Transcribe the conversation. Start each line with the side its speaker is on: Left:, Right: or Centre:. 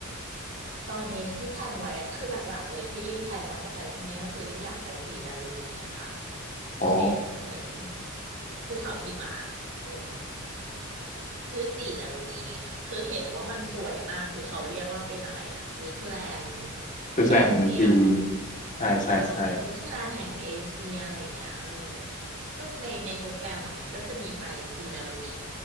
Right: ตอนนี้ที่แพลนไว้อะคือหลักๆเลยที่รีแพลนว่าจะไปที่เนี้ยก็คือรีอยากไปสีดารุณีอะค่ะ
Left: อ๋อ
Right: เป็นเหมือนภูเขาหิมะอืมชื่อสีดารุณีคือเห็นว่ามันสวยมาก คือเขาเรียกว่าเป็นอะไรนะสวิตเซอร์แลนด์
Left: คือแสดงเมืองจีน
Right: เอเชียเหรอ
Left: ใช่ใช่ใช่
Right: เออสวิตเซอร์แลนด์แห่งเอเชียอะไรอย่างเงี้ยเออก็ในในโปรแกรมอ่ะมันก็จะมีไปสีดารุณี